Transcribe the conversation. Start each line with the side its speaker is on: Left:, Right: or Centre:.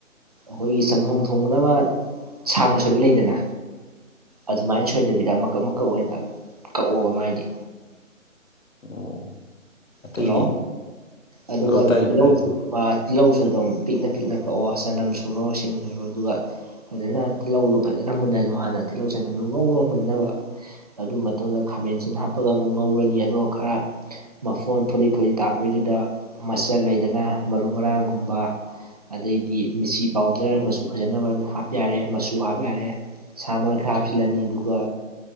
Right: ꯑꯩꯈꯣꯏꯒꯤ ꯆꯝꯊꯣꯡ ꯊꯣꯡꯕꯗ ꯑꯃ ꯁꯥꯡꯅ ꯁꯣꯏꯕ ꯂꯩꯗꯅ ꯑꯗꯨꯃꯥꯏꯅ ꯁꯣꯏꯗꯕꯤꯗ ꯃꯀꯛ ꯃꯀꯛ ꯑꯣꯏꯅ ꯀꯛꯑꯣꯕ ꯃꯥꯏꯗꯤ
Left: ꯑꯣ ꯑꯇꯩꯗꯤ
Right: ꯊꯠꯂꯣ ꯑꯗꯨꯒ
Left: ꯑꯗꯣ
Right: ꯑꯗꯨꯝ
Left: ꯇꯥꯏ
Right: ꯇꯤꯜꯍꯧ
Left: ꯇꯥꯏ
Right: ꯑꯥ ꯇꯤꯜꯂꯧꯁꯨ ꯑꯗꯨꯝ ꯄꯤꯛꯅ ꯄꯤꯛꯅ ꯀꯛꯑꯣ ꯆꯅꯝ ꯁꯨꯔꯣ ꯁꯤꯡ ꯁꯨꯔꯣ ꯑꯗꯨꯒ ꯐꯥꯖꯅ ꯇꯤꯜꯍꯧꯗꯣ ꯐꯥꯖꯅ ꯃꯨꯟꯍꯜꯂꯣ ꯍꯥꯟꯅ ꯇꯤꯜꯍꯧ ꯆꯅꯝꯗꯨ ꯉꯧꯔꯣ ꯃꯨꯟꯅꯕ ꯑꯗꯨ ꯃꯇꯨꯡꯗ ꯈꯥꯃꯦꯟꯁꯤꯟ ꯍꯥꯞꯄꯒ ꯑꯃꯨꯛ ꯉꯧꯔꯅꯤ ꯑꯗꯨꯒ ꯈꯔ ꯃꯐꯣꯟ ꯐꯨꯔꯤꯠ ꯐꯨꯔꯤꯠ ꯇꯥꯔꯛꯄꯩꯗꯨꯗ ꯃꯆꯜ ꯂꯩꯗꯅ ꯃꯔꯨ ꯃꯔꯥꯡꯒꯨꯝꯕ ꯑꯗꯩꯗꯤ ꯃꯤꯆꯤ ꯄꯥꯎꯗꯔ ꯃꯆꯨ ꯐꯖꯅꯕ ꯍꯥꯞ ꯌꯥꯔꯦ ꯃꯆꯨ ꯍꯥꯞ ꯌꯥꯔꯦ ꯁꯥꯃꯔꯣꯏ ꯈꯔ ꯍꯥꯞꯆꯤꯜꯂꯅꯤ ꯑꯗꯨꯒ